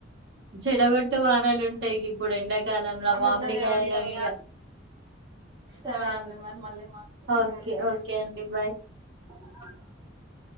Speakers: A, on the right; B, on the right.
A: చెడగొట్టు వానలు ఉంటాయి ఇక ఇప్పుడు ఎండాకాలంలో మామిడికాయలు
B: గిట్లనే ఉంటాయిగా
A: అన్ని ఇగ
B: సరే
A: ఆ
B: అండి మరి మళ్ళీ మాట్లాడతా
A: ఓకే ఓకే అండి బాయ్
B: <inaudible>